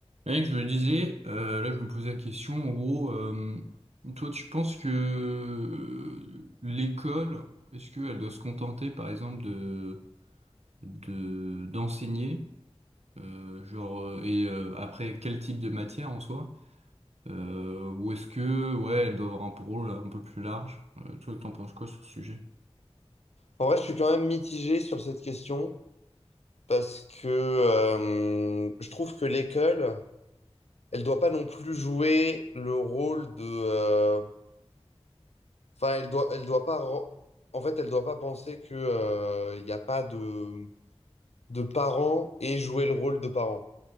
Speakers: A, on the right (about 85°); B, on the left (about 80°).
A: Mec, je me disais, euh, là je me posais la question, en gros, euh, toi tu penses que euh, l'école, est-ce qu'elle doit se contenter par exemple de, de, d'enseigner, euh, genre, euh, et euh, après quel type de matière en soi, euh, ou est-ce que, ouais, elle doit avoir un rôle un peu plus large? Euh, toi t'en penses quoi sur ce sujet?
B: En vrai, je suis quand même mitigé sur cette question parce que euh, je trouve que l'école, elle doit pas non plus jouer le rôle de. euh, Enfin, elle doit, elle doit pas. re- En fait, elle doit pas penser que euh, il n'y a pas de de parents et jouer le rôle de parents.